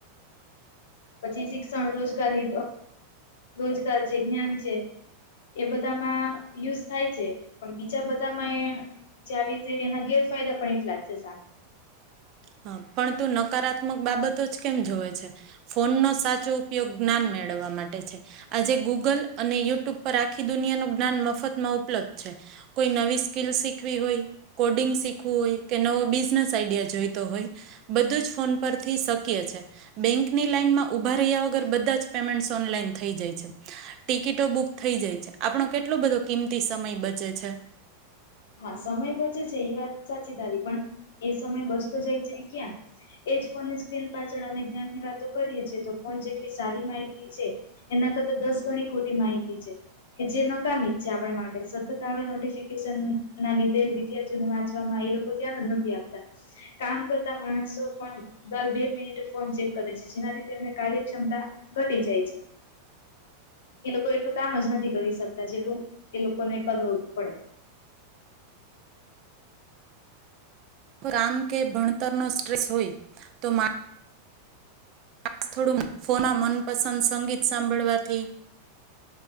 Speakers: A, on the left (about 75°); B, on the right (about 45°).
A: પછી શિક્ષણ રોજગારી રોજગાર છે જ્ઞાન છે, એ બધામાં યુઝ થાય છે પણ બીજા બધામાં જે આવી રીતે એના ગેરફાયદા પણ એટલા જ છે સામે.
B: હા પણ ત નકારાત્મક બાબતો જ કેમ જોવે છે, ફોનનો સાચો ઉપયોગ જ્ઞાન મેળવવા માટે છે, આજે ગુગલ અને યુટ્યુબ પર આખી દુનિયા ન જ્ઞાન મફતમાં ઉપલબ્ધ છે, કોઈ નવી સ્કીલ શીખવી હોય કોડિંગ શીખવું હોય કે નવો બિઝનેસ આઈડિયા જોઈ. તો હોય બધું જ ફોન પરથી શક્ય છે બેંકની લાઈન માં ઉભા રહ્યા વગર બધા જ પેમેન્ટ ઓનલાઈન થઈ જાય છે ટિકિટો બુક થઈ જાય છે આપણો કેટલો બધો કિંમતી સમય બચે છે
A: હા સમય બચે છે એ વાત સાચી તારી પણ એ સમય બચતો જાય છે ક્યાં એજ ફોનની સ્ક્રીન પાછળ અને જ્ઞાનની વાતો કરીએ છેીએ તો ફોન જેટલી સારી માહિતી છે એના કરતા દસ ગણી ખોટી માહિતી છે કે જે નકામી જ છે આપણા માટે સતત આવે નોટફ ના લધ વિદ્યાર્થીઓને વાંચવામાં એ લોકો ધ્યાન જ નથી આપતા કામ કરતા માણસો પણ દર બે મિનિટ ફોન ચેક કરે છે જેના લીધે એમને કાર્યક્ષમતા ઘટી જાય છે એ લોકો એટલું કામ જ નથી કરી શકતા જેટલું એ લોકોને કરવું પડે
B: રામ કે ભણતરનો સ્ટ્રેસ હોય તો મા આ થોડું ફોના મનપસંદ સંગીત સાંભળવાથી